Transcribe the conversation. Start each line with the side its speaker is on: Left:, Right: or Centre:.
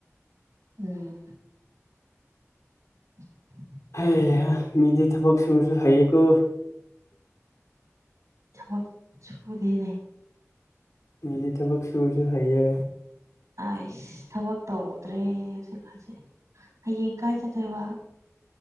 Right: ꯎꯝ <unintelligible>
Left: ꯍꯩ ꯍꯥ ꯃꯤꯗꯤ ꯊꯕꯛ ꯁꯨꯔꯁꯨ ꯍꯩꯌꯦꯀꯣ
Right: ꯊꯄꯛ ꯁꯨꯗꯦꯅꯦ
Left: ꯃꯗꯤ ꯊꯕꯛ ꯁꯨꯔꯁꯨ ꯍꯩꯌꯦ
Right: ꯑꯩꯁ ꯊꯕꯛ ꯇꯧꯗ꯭ꯔꯦ ꯍꯧꯖꯤꯛ ꯀꯥꯟꯁꯦ ꯍꯌꯦꯡ ꯀꯥꯏ ꯆꯠꯇꯣꯏꯕ